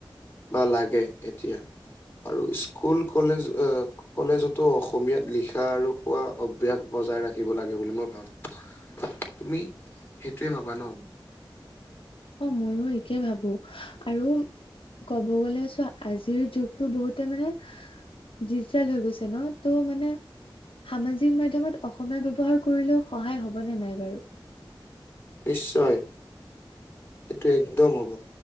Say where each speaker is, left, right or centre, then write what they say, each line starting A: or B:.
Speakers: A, on the left; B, on the left.
A: বা লাগে এতিয়া আৰু স্কুল কলেজ আহ কলেজতো অসমীয়াত লিখা আৰু কোৱা অভ্যাস বজাই ৰাখিব লাগে বুলি মই ভাবোঁ। তুমি সেইটোৱে ভাবা ন?
B: অ ময়ো এইটোৱে ভাবো আৰু ক'ব গলে চোৱা আজিৰ যুগতটো বহুতে মানে ডিজিটেল হৈ গৈছে ন ত' মানে সামাজিক মাধ্যমত অসমীয়া ব্যৱহাৰ কৰিলেও সহায় হবনে নাই বাৰু?
A: নিশ্চয় এইটো একদম হ'ব